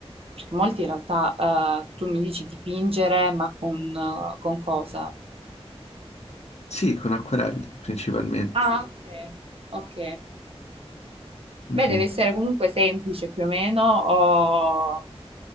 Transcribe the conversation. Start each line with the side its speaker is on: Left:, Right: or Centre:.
Right: perché molti in realtà, eh, tu mi dici dipingere, ma con, eh, con cosa?
Left: Sì, con acquerelli principalmente.
Right: Ah, ok, ok.
Left: Mhm.
Right: Beh, deve essere comunque semplice più o meno, o un